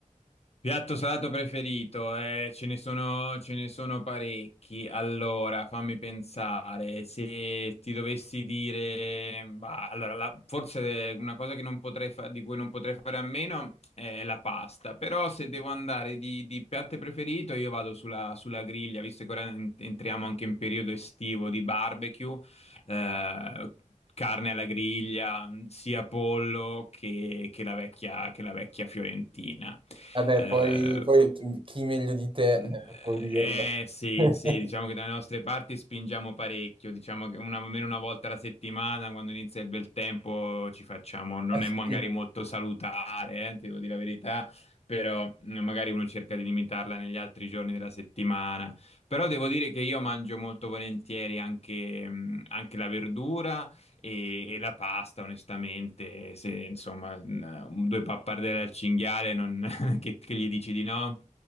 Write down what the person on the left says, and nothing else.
Piatto salato preferito, eh, ce ne sono, ce ne sono parecchi. Allora, fammi pensare, se ti dovessi dire, bah, allora, la- forse una cosa che non potrei fa- di cui non potrei fare a meno è la pasta, però se devo andare di, di piatto preferito io vado sulla, sulla griglia, visto che ora en- entriamo anche in periodo estivo di barbecue, eh, carne alla griglia, sia pollo che che la vecchia che la vecchia fiorentina.
Eh,
mm,
eh, sì,
sì, diciamo che dalle nostre parti spingiamo parecchio, diciamo che una, almeno una volta alla settimana, quando inizia il bel tempo, ci facciamo, non
è magari molto salutare, eh, devo dire la verità, però mm, magari uno cerca di limitarla negli altri giorni della settimana. Però devo dire che io mangio molto volentieri anche, mm, anche la verdura e, e la pasta, onestamente, se insomma mm, due pappardelle al cinghiale non <laughs> che, che gli dici di no.